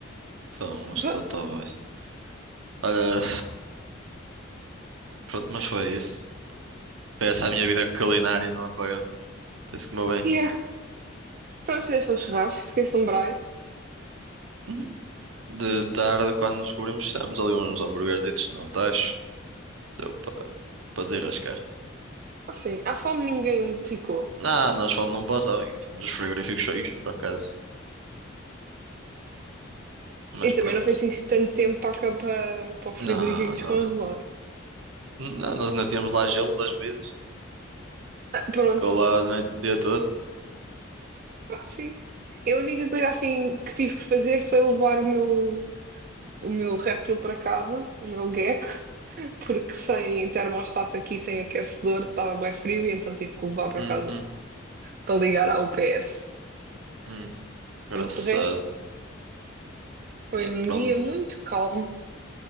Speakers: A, on the right; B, on the right.
A: Então, os
B: Va-
A: totóbais. Olha, <sighs> pronto, mas foi isso. Foi essa a minha vida culinária não apagão. Tem-se que comer
B: Yeah.
A: bem.
B: Pronto, fizeste um churrasco, fizeste um braai.
A: Uhum. De tarde, quando nos cobrimos, fizemos ali uns hamburguerzitos no tacho. Deu para para desarrascar.
B: Assim, à fome ninguém ficou.
A: Não, nós fomos num passado. Tínhamos os frigoríficos cheios, por acaso. Mas
B: E
A: pronto.
B: também não foi assim tanto tempo para, cá, para, para o frigorífico
A: Não, não.
B: descongelar.
A: Não, nós ainda tínhamos lá gelo das bebidas.
B: Ah, pronto,
A: Ficou lá a noite, o dia todo.
B: ah, sim. E a única coisa assim que tive que fazer foi levar o meu, o meu réptil para casa, o meu gecko, <laughs> porque sem termostato aqui, sem aquecedor, estava bem frio e então tive que o levar para
A: Uhum,
B: casa para ligar à UPS.
A: uhum. Engraçado.
B: Pronto, de resto, foi
A: E
B: um
A: pronto.
B: dia muito calmo.